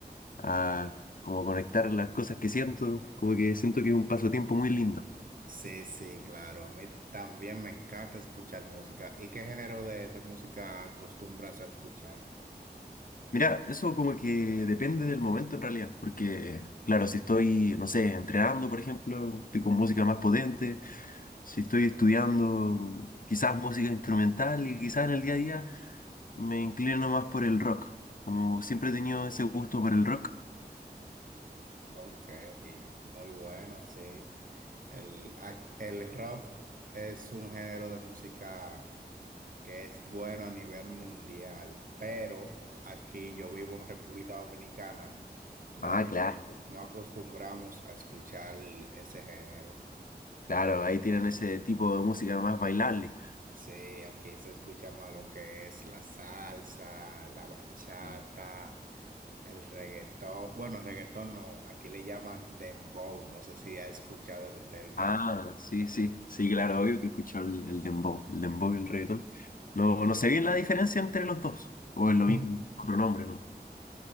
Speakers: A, on the left; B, on the right.
A: a como conectar las cosas que siento, como que siento que es un pasatiempo muy lindo.
B: Sí, sí, claro. A mí también me encanta escuchar música. ¿Y qué género de, de música acostumbras a escuchar?
A: Mira, eso como que depende del momento en realidad, porque claro, si estoy, no sé, entrenando, por ejemplo, estoy con música más potente. Si estoy estudiando quizás música instrumental y quizás en el día a día Me inclino más por el rock. Como siempre he tenido ese gusto por el rock.
B: Ok, muy bueno, sí. El, ac- el rock es un género de música que es bueno a nivel mundial, pero aquí yo vivo en República Dominicana, no,
A: Ah, claro,
B: no acostumbramos a escuchar ese género.
A: claro, ahí tienen ese tipo de música más bailable.
B: Sí, aquí se escucha más lo que es la salsa, la bachata,
A: Mm.
B: el reggaetón. Bueno, reggaetón no, aquí le llaman dembow, no sé si ha escuchado ese término.
A: Ah, sí, sí, sí, claro, obvio que he escuchado el, el dembow, el dembow y el reggaetón. No, no sé bien la diferencia entre los dos, o es lo
B: <laughs>
A: mismo, otro nombre, ¿no?